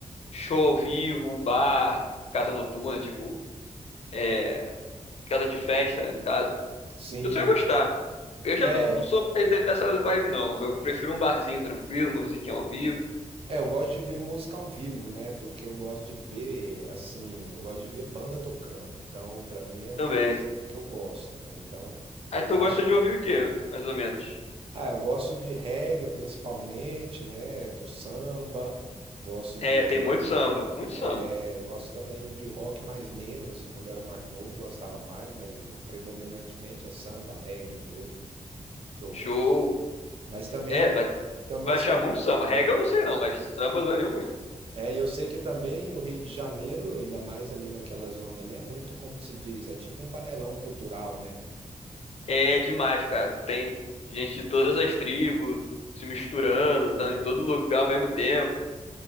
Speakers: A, on the left; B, on the right.
A: Show ao vivo, bar, casa noturna, tipo, é, casa de festa, né, no caso.
B: sim.
A: Eu só ia gostar. Eu já
B: É,
A: não, não sou mais dessa vibe, não. Eu prefiro um barzinho tranquilo, musiquinha ao vivo
B: é, eu gosto de ver música ao vivo, né? Porque eu gosto de ver, assim, eu gosto de ver banda tocando. Então, pra mim é uma
A: também.
B: coisa que eu gosto, né? Então, mas
A: Aí tu
B: eu acho,
A: gosta de ouvir o quê, mais ou menos?
B: ah, eu gosto de reggae principalmente, né? Do samba, gosto de
A: É, tem muito samba, muito samba.
B: É, gosto também de rock mais menos, quando eu era mais novo gostava mais, mas predominantemente é samba, reggae mesmo, que eu gosto.
A: Show.
B: Mas também,
A: É, vai,
B: também
A: vai achar
B: sou,
A: muito samba. Reggae eu não sei não, mas samba vai ver muito.
B: é, e eu sei que também no Rio de Janeiro, ainda mais ali naquela zona ali, é muito, como que se diz, é tipo um panelão cultural, né?
A: É demais, cara. Tu tem gente de todas as tribos se misturando,
B: Hum,
A: tá em todo lugar ao mesmo tempo.